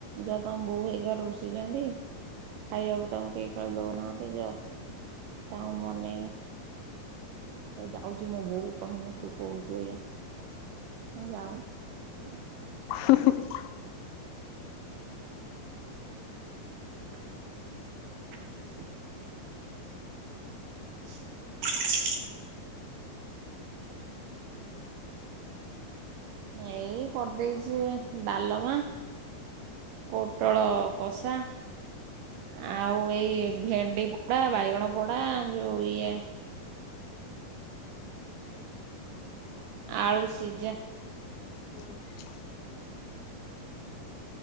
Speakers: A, on the right; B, on the left.
A: ଯ ତମ ବୋଉ ଏଇ ଘରୁ ଋଷିଛନ୍ତି। ଖାଇବାକୁ ତାଙ୍କୁ କେହି ଦଉନାହାନ୍ତି ଯାଅ ତାଙ୍କୁ ମନେଇବ। ତ ଯାଉଛି ମୁଁ ବୋଉ କୁ କହିବି ତୋ ବୋହୂ କହୁଛି ଏଇଆ ମୁଁ କହିଲି ଯାଅ।
B: ହୁଁ ହୁଁ।
A: <inaudible> <inaudible> ଏଇ କରିଦେଇଛି ଡାଲମା। ପୋଟଳ କଷା। ଆଉ ଏଇ ଭେଣ୍ଡି ପୋଡା ବାଇଗଣ ପୋଡା ଯୋଉ ଇଏ। ଆଳୁ ସିଜା
B: ହଁ <unintelligible>